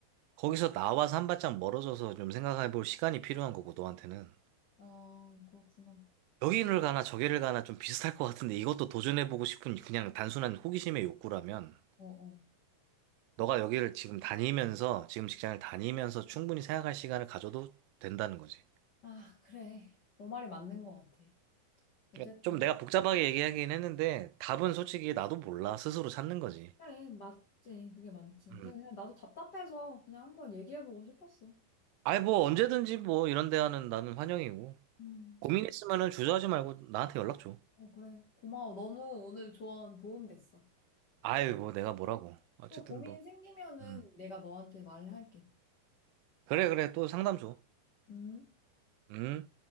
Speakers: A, on the right (about 85°); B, on the left (about 70°).
A: 거기서 나와서 한 발짝 멀어져서 좀 생각해 볼 시간이 필요한 거고 너한테는
B: 아, 그렇구나.
A: 여기를 가나 저기를 가나 좀 비슷할 것 같은데 이것도 도전해 보고 싶은 그냥 단순한 호기심의 욕구라면
B: 어, 어.
A: 너가 여기를 지금 다니면서, 지금 직장을 다니면서 충분히 생각할 시간을 가져도 된다는 거지.
B: 아, 그래. 너 말이 맞는 것 같아. 어쨌든.
A: 그러니까 좀 내가 복잡하게 얘기하긴 했는데, 답은 솔직히 나도 몰라. 스스로 찾는 거지.
B: 그래, 맞지. 그게 많지.
A: 음.
B: 그래, 그냥 나도 답답해서 그냥 한번 얘기해보고 싶었어.
A: 아니, 뭐, 언제든지 뭐, 이런 대화는 나는 환영이고.
B: 음,
A: 고민 있으면은 주저하지 말고 나한테 연락 줘.
B: 어, 그래. 고마워. 너무 오늘 조언 도움 됐어.
A: 아유, 뭐, 내가 뭐라고. 어쨌든
B: 또 고민
A: 뭐.
B: 생기면은
A: 음.
B: 내가 너한테 말할게.
A: 그래, 그래. 또 상담 줘.
B: 음.
A: 음.